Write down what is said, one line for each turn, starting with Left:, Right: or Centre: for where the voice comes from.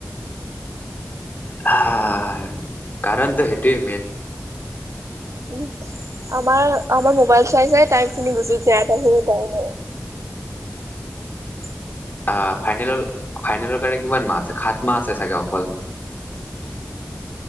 Left: হা কাৰণ ত সেইটোৱে মেইন।
Right: উম, আমাৰ আমাৰ মবাইল চাই - চাই টাইম খিনি গুজ যায় খিনি <unintelligible> <unintelligible>
Left: আহ ফাইনেলৰ-ফাইনেলৰ কাৰণে কিমান মাহ আছে সাত মাহ আছে চাগে অকল।
Right: <inaudible>